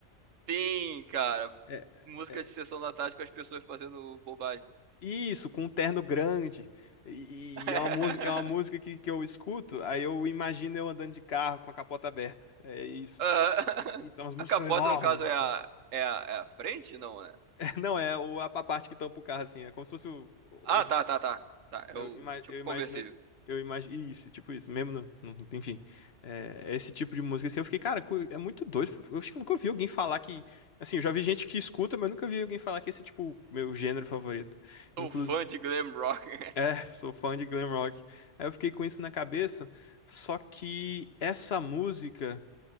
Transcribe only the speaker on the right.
Sim, cara.
Música
de sessão da tarde com as pessoas fazendo bobagem.
<laughs>
Aham.
<laughs>
A capota,
no caso, é
a,
é a, é a frente? Não, né?
Ah,
tá, tá, tá. Tá, é
o
tipo
conversível.
Sou
fã de glam rock. <laughs>